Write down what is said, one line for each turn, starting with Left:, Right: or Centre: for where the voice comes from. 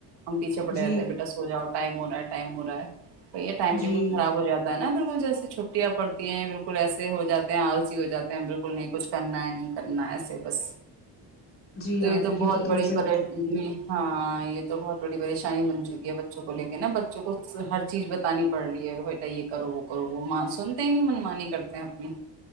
Right: ہم پیچےڑ
Left: جی
Right: رہتے ہیں بیٹا سوجا ٹائم ہورہا ہے ٹائم ہورہا ہے تو یہ ٹائم
Left: جی
Right: ٹیبل خراب ہو جاتا ہے نا بالکل جیسے چھ چھٹیاں پڑتی ہیں بالکل ایسے ہو جاتے ہیں آلسی ہو جاتے ہیں بالکل نہیں کچھ کرنا ہے نہیں کرنا ایسے بس
Left: جی
Right: تو
Left: آپ
Right: یہ تو بہت
Left: تم
Right: بڑی
Left: صحیح
Right: پرے
Left: کہہ رہی ہو
Right: ہاں یہ تو بہت بڑی پریشانی بن چکی ہے بچوں کو لے کے نا بچوں کو ہر چیز بتانی پڑ رہی ہے کہ بیٹا یہ کرو وہ کرو وہ سنتے ہی نہیں منمانی کرتے ہیں اپنی